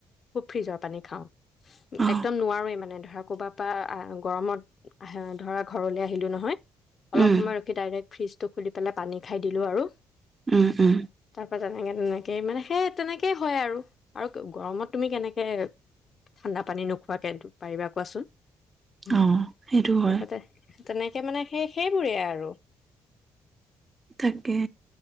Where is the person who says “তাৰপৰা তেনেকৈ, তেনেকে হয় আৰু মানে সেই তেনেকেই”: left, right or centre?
Left